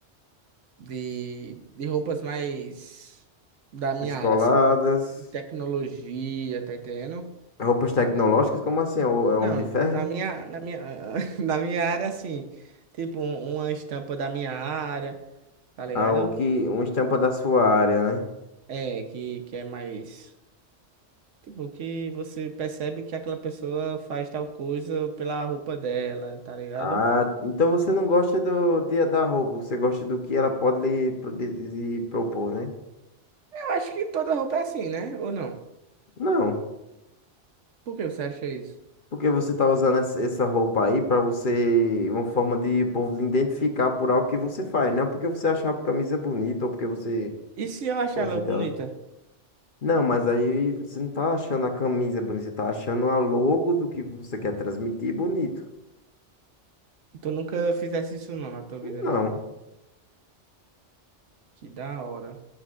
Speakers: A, on the right; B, on the left.
A: de, de roupas mais da minha
B: Descoladas.
A: área, assim, de tecnologia, tá entendendo?
B: Roupas tecnológicas? Como assim? É o é o
A: Não,
B: Homem de Ferro?
A: na minha, na minha, <laughs> na minha área, assim, tipo, um- uma estampa da minha área. tá ligado?
B: Ah, o que, uma estampa da sua área, né?
A: É, que, que é mais. Tipo, que você percebe que aquela pessoa faz tal coisa pela roupa dela, tá ligado?
B: Ah, então você não gosta do, de- da roupa, você gosta do que ela pode lhe, pro- de- lhe propor, né?
A: Eu acho que toda roupa é assim, né? Ou não?
B: Não.
A: Por que você acha isso?
B: Porque você tá usando essa essa roupa aí pra você, uma forma de o povo lhe identificar por algo que você faz, não porque você acha a camisa bonita ou porque você
A: E se eu achar
B: gosta
A: ela bonita?
B: dela. Não, mas aí você não tá achando a camisa bonita, você tá achando a logo do que você quer transmitir bonito.
A: Tu nunca fizesse isso não na tua
B: Não.
A: vida, não. Que da hora.